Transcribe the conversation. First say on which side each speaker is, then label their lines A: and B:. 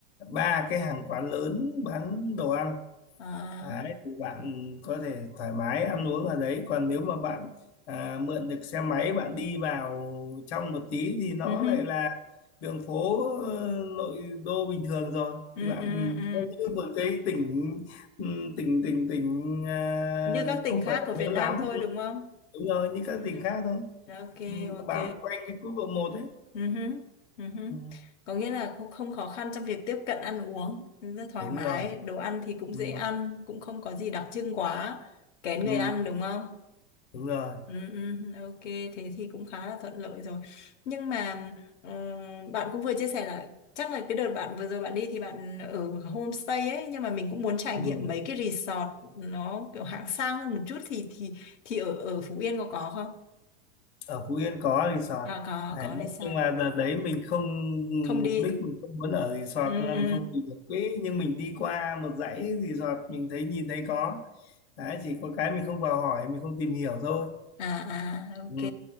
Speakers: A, on the left; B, on the left.
A: ba cái hàng quán lớn bán đồ ăn
B: à
A: đấy thì bạn có thể thoải mái ăn uống ở đấy còn nếu mà bạn à, mượn được xe máy bạn đi vào trong một tí thì nó
B: ừ hứ.
A: lại là đường phố ờ, nội đô bình thường rồi
B: ừ
A: thì bạn
B: ừ ừ
A: nó như một cái tỉnh ừm, tỉnh tỉnh tỉnh à,
B: như các tỉnh
A: không
B: khác
A: phải là
B: của Việt
A: lớn
B: Nam
A: lắm
B: thôi đúng không
A: đúng rồi như các
B: Ừ
A: tỉnh
B: hứ.
A: khác thôi
B: ok
A: ừ, nó
B: ok
A: bám quanh cái quốc lộ một ấy
B: ừ hứ. Ừ hứ.
A: ừ,
B: có nghĩa là không không khó khăn trong việc tiếp cận ăn uống rất thoải
A: đúng
B: mái
A: rồi
B: đồ ăn thì cũng
A: ừ,
B: dễ ăn cũng không có gì đặc trưng quá kén
A: ừ,
B: người ăn đúng không
A: đúng rồi
B: Ừ, ừ, ok thế thì cũng khá là thuận lợi rồi nhưng mà ờ, bạn cũng vừa chia sẻ là chắc là cái đợt bạn vừa rồi bạn đi thì bạn ở homestay ấy nhưng mà mình cũng muốn trải
A: ừ.
B: nghiệm mấy cái resort nó kiểu hạng sang hơn một chút thì thì thì ở ở Phú Yên có có không
A: ở Phú Yên có resort
B: à có
A: đấy.
B: có resort
A: nhưng mà đợt đấy mình không
B: không đi
A: mục đích mình không muốn ở resort
B: ừ,
A: cho nên
B: ừ.
A: mình không tìm được quỹ nhưng mình đi qua một dãy resort mình thấy nhìn thấy có đấy chỉ có cái mình không vào hỏi mình không tìm hiểu thôi
B: à à ok
A: ừ.